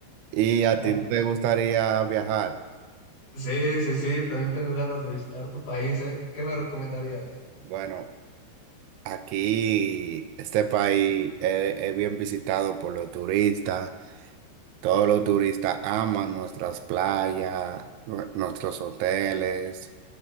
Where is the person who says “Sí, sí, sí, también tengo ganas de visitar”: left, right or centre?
Left